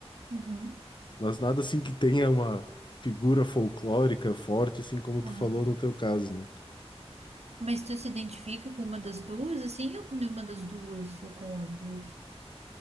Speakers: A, on the right (about 80°); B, on the left (about 45°).
A: Uhum.
B: Mas nada assim que tenha uma figura folclórica forte assim como tu
A: Ah,
B: falou no teu caso, né.
A: mas tu se identifica com uma das duas, assim, ou com nenhuma das duas, ou com as duas?